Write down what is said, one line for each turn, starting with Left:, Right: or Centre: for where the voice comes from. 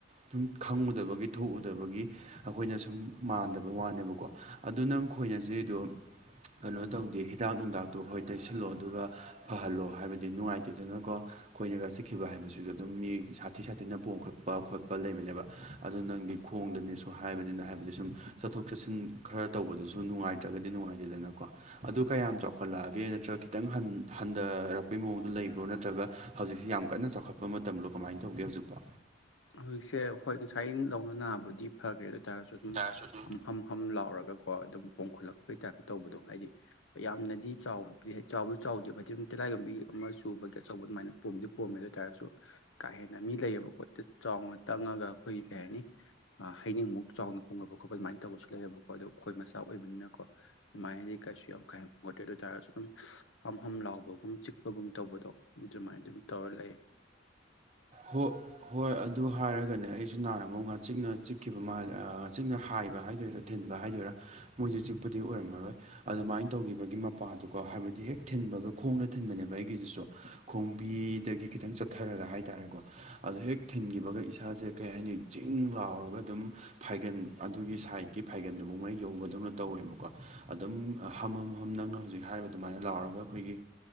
Right: ꯁꯨꯝ ꯈꯪꯉꯨꯗꯕꯒꯤ ꯊꯣꯛꯎꯗꯕꯒꯤ ꯑꯩꯈꯣꯏꯅ ꯁꯨꯝ ꯃꯥꯟꯗꯕ ꯋꯥꯅꯦꯕꯀꯣ ꯑꯗꯨ ꯅꯪ ꯈꯣꯏꯅ ꯆꯤꯡꯢꯗꯣ ꯀꯩꯅꯣ ꯇꯧꯗꯦ ꯍꯤꯗꯥꯛ ꯅꯨꯡꯗꯥꯛꯇꯣ ꯍꯣꯏ ꯇꯩꯁꯤꯜꯂꯣ ꯑꯗꯨꯒ ꯐꯍꯜꯂꯣ ꯍꯥꯏꯕꯗꯤ ꯅꯨꯡꯉꯥꯏꯇꯦꯗꯅꯀꯣ ꯑꯩꯣꯏꯅꯒ ꯆꯠꯈꯤꯕ ꯍꯥꯏꯕꯁꯤꯁꯨ ꯑꯗꯨꯝ ꯃꯤ ꯁꯥꯊꯤ ꯁꯥꯊꯤꯅ ꯄꯣꯝ ꯈꯠꯄ ꯈꯣꯠꯄ ꯂꯩꯕꯅꯦꯕ ꯑꯗꯨ ꯅꯪꯗꯤ ꯈꯣꯡꯗꯅꯦ ꯁ ꯍꯥꯏꯕꯅꯤꯅ ꯍꯥꯏꯕꯗꯤ ꯁꯨꯝ ꯆꯠꯊꯣꯛ ꯆꯠꯁꯤꯟ ꯈꯔ ꯇꯧꯕꯗꯁꯨ ꯑꯗꯨ ꯅꯨꯡꯉꯥꯏꯇ꯭ꯔꯒꯗꯤ ꯅꯨꯡꯉꯥꯏꯇꯦꯗꯅꯀꯣ ꯑꯗꯨ ꯀꯌꯥꯝ ꯆꯥꯎꯈꯠꯂꯛꯑꯒꯦ ꯅꯠꯇ꯭ꯔꯒ ꯈꯤꯇꯪ ꯍꯟ ꯍꯟꯊꯔꯛꯄꯩ ꯃꯑꯣꯡꯗꯣ ꯂꯩꯕ꯭ꯔꯣ ꯅꯠꯇ꯭ꯔꯒ ꯍꯧꯖꯤꯛꯁꯤ ꯌꯥꯝ ꯀꯟꯅ ꯆꯥꯎꯈꯠꯄ ꯃꯇꯝ꯭ꯔꯣ ꯀꯃꯥꯏꯅ ꯇꯧꯒꯦ ꯍꯧꯖꯤꯛꯐꯣ
Left: ꯍꯧꯖꯤꯛꯁꯦ ꯍꯣꯏ ꯉꯁꯥꯏ ꯂꯧꯅ ꯅꯥꯕꯗꯤ ꯐꯈ꯭ꯔꯦ ꯑꯗꯨ ꯑꯣꯏꯇꯥꯔꯒꯁꯨ ꯁꯨꯝ
Right: ꯇꯥꯔꯁꯨ ꯑꯗꯨꯝ
Left: ꯍꯝ ꯍꯝ ꯂꯥꯎꯔꯒ ꯀꯣ ꯑꯗꯨꯝ ꯄꯣꯝꯈꯠꯂꯛꯄꯒꯤ ꯇꯥꯏꯞꯇ ꯇꯧꯕꯗꯣ ꯍꯥꯏꯗꯤ ꯌꯥꯝꯅꯗꯤ ꯆꯥꯎ ꯆꯥꯎꯕꯁꯨ ꯆꯥꯎꯗꯦꯕ ꯍꯥꯏꯗꯤ ꯑꯗꯨ ꯇꯤꯔꯥꯏꯒ ꯂꯝꯝꯕꯤ ꯑꯃ ꯆꯨꯕꯒꯤ ꯑꯆꯧꯕ ꯑꯗꯨꯃꯥꯏꯅ ꯄꯣꯝꯗꯤ ꯄꯣꯝꯃꯦ ꯑꯗꯨ ꯑꯣꯏꯇꯥꯥꯔꯒꯁꯨ ꯀꯥ ꯍꯦꯟꯅ ꯃꯤ ꯂꯩꯌꯦꯕ ꯀꯣꯏꯇ ꯆꯥꯎꯅ ꯇꯪꯉꯒ ꯑꯩꯈꯣꯏꯒꯤ ꯀꯩ ꯍꯥꯏꯅꯤ ꯍꯩꯅꯤꯡꯃꯨꯛ ꯆꯥꯎꯅ ꯐꯣꯡꯒꯠꯄ ꯈꯣꯠꯄ ꯑꯗꯨꯃꯥꯏꯅ ꯇꯧꯕꯁꯨ ꯂꯩꯌꯦꯕꯀꯣ ꯑ ꯈꯣꯏ ꯃꯆꯥ ꯑꯣꯏꯕꯅꯤꯅꯀꯣ ꯃꯥꯏꯗꯤ ꯀꯥꯏꯁꯤꯁꯨ ꯌꯥꯝ <unintelligible> ꯑꯗꯨꯝ ꯍꯝ ꯍꯝ ꯂꯥꯎꯕꯒꯨꯝ ꯆꯤꯛꯄꯒꯨꯝ ꯇꯧꯕꯗꯣ ꯑꯗꯨꯃꯥꯏꯅ ꯑꯗꯨꯝ ꯇꯧꯔ ꯂꯩꯌꯦ
Right: ꯍ ꯍꯣꯏ ꯑꯗꯨ ꯍꯥꯏꯔꯒꯅꯦ ꯑꯩ ꯨ ꯅꯥꯔꯕ ꯃ ꯉ ꯆꯤꯛꯅ ꯆꯤꯛꯈꯤꯕ ꯃꯥ ꯆꯤꯛꯅ ꯍꯥꯏꯕ ꯍꯥꯏꯗꯣꯏꯔꯥ ꯊꯤꯟꯕ ꯍꯥꯏꯗꯣꯏꯔꯥ ꯃꯣꯏꯁꯦ ꯆꯤꯛꯄꯗꯤ ꯑꯣꯏꯔꯝꯃꯔꯣꯏ ꯑꯗꯨꯃꯥꯏꯅ ꯇꯧꯒꯤꯕꯒꯤ ꯃꯄꯥꯗꯨꯀꯣ ꯍꯥꯏꯕꯗꯤ ꯍꯦꯛ ꯊꯤꯟꯕꯒ ꯈꯣꯡꯗ ꯊꯤꯟꯕꯅꯦꯕ ꯑꯩꯒꯤꯗꯨꯁꯨ ꯈꯣꯝꯕꯤꯗꯒꯤ ꯈꯤꯇꯪ ꯆꯠ ꯊꯔꯒ ꯍꯥꯏꯇꯥꯔꯦꯀꯣ ꯑꯗ ꯍꯦꯛ ꯊꯤꯟꯈꯤꯕꯒ ꯏꯁꯥꯁꯦ ꯀꯩ ꯍꯥꯏꯅꯤ ꯆꯤꯡ ꯂꯥꯎꯔꯒ ꯑꯗꯨꯝ ꯐꯥꯏꯒꯟ ꯑꯗꯨꯒꯤ ꯁꯥꯏꯠꯀꯤ ꯐꯥꯏꯒꯟꯗꯨꯐꯥꯎꯉꯩ ꯌꯧꯕꯗꯧꯅ ꯇꯧꯋꯦꯕꯀꯣ ꯑꯗꯨꯝ ꯍꯝ ꯍꯝ ꯅꯪꯅ ꯍꯧꯖꯤꯛ ꯍꯥꯏꯔꯤꯕ ꯑꯗꯨꯃꯥꯏꯅ ꯂꯥꯎꯔꯒ ꯑꯩꯈꯣꯏꯒꯤ